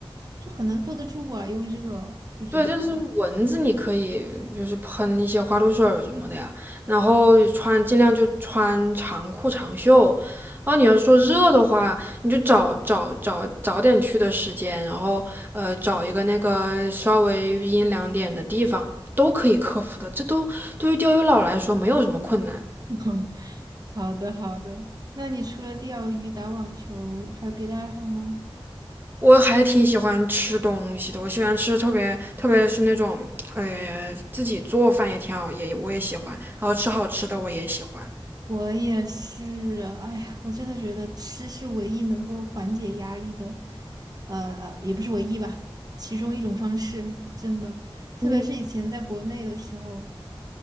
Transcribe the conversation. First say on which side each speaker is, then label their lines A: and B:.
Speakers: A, on the right; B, on the right.
A: 就很难坐得住啊，又热，不觉得吗？
B: 对，就是蚊子，你可以就是喷一些花露水儿什么的呀，然后穿尽量就穿长裤长袖。然后你要是说热的话，你就找找找早点去的时间，然后呃找一个那个稍微阴凉点的地方，都可以克服的。这都对于钓鱼佬来说没有什么困难。
A: <laughs> 好的，好的。那你除了钓鱼、打网球，还有别的爱好吗？
B: 我还挺喜欢吃东西的，我喜欢吃特别特别是那种呃自己做饭也挺好，也我也喜欢，然后吃好吃的我也喜欢。
A: 我也是啊，哎呀，我真的觉得吃是唯一能够缓解压力的，呃，呃也不是唯一吧，其中一种方式，真的。特别是以前在国内的时候。
B: 嗯，